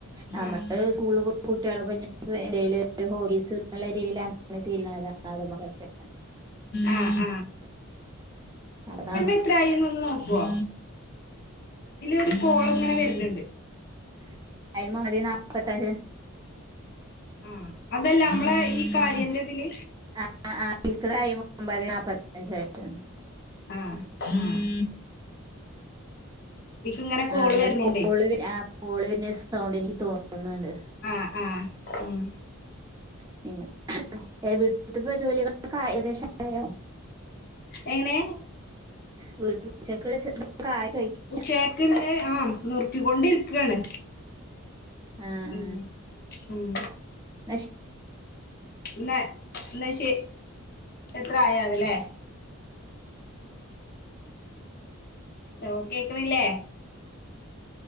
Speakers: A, on the right (about 15°); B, on the left (about 45°).
A: നമ്മള്
B: ആഹ്
A: സ്കൂള് പോകുമ്പോ കുട്ടികളെ പിന്നെ <inaudible> ഹോളീസ് ന്നുള്ള രീതിൽ അങ്ങനെ തീരുന്നതാണ് അതുമക്കൊക്കെ
B: ആഹ്
A: അതാണ്
B: എത്രായിന്ന് ഒന്ന് നോക്കുവോ. ഇതില് ഒരു കോളങ്ങനെ വരുണുണ്ട്.
A: <unintelligible> നൽപ്പത്തഞ്ച്
B: ആ അതല്ലേ നമ്മളെ ഈ കാര്യന്റെതില്
A: ആ ആ ഇപ്പ ടൈമ് ഒമ്പത് നാല്പ്പത്തിയഞ്ചായിട്ടുണ്ട്.
B: ആഹ് ആഹ് ഇതിക്ക് ഇങ്ങനെ കോള്
A: ആ നിങ്ങളെ
B: വരുന്നോണ്ടേ
A: കോള് കോള് വെരുന്ന സൗണ്ട് എനിക്ക് തോന്നുന്നുണ്ട്.
B: ആഹ് ആഹ് ഉം
A: പിന്ന വീട്ടിത്തിപ്പ ജോലികളക്കെ ഏകദേശ ആയോ
B: എങ്ങനെ?
A: <unintelligible> ചോദിക്കുക
B: ഉച്ചേക്കല്ലേ ആ നുറുക്കിക്കൊണ്ടിരിക്ക്വണ്
A: ആ ആ
B: ഉം ഉം
A: എന്നാ
B: ന്ന ന്ന ശേ എത്ര ആയാവല്ലേ? ഓ കേക്കണില്ലേ?